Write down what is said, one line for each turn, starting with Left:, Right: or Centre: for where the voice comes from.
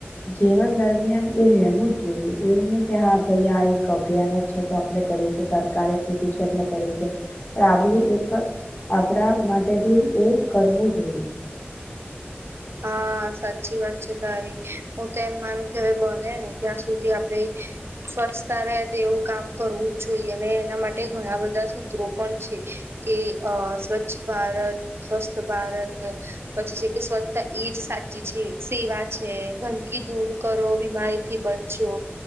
Left: જીવન દરમિયાન એ રહેેવું જ જોઈએ, એવું નહી કે હા અય આ એક અભિયાન જ છે, તો આપણે કરીએ છીએ સરકારે કીધું છે એટલે કરીએ છે. પણ આ બી એક, આપણા માટે બી એ કરવું જોઈએ.
Right: હા સાચી વાત છે તારી, હું તો એમ માનું કે હવે બોને ને ત્યાં સુધી આપડે સ્વચ્છતા રહેતી એવું કામ કરવું જ જોઈએ, અને એના માટે ઘણા બધા સૂત્રો પણ છે. કે અ સ્વચ્છ ભારત સ્વસ્થ ભારત પછી છે કે સ્વછ એજ સાચી છે સેવા છે ગંદકી દૂર કરો બીમારીથી બચો